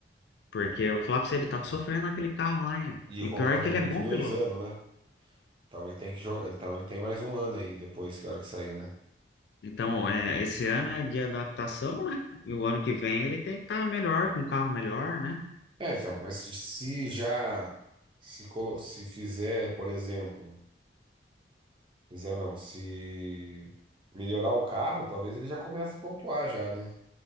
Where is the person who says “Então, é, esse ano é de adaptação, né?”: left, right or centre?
Left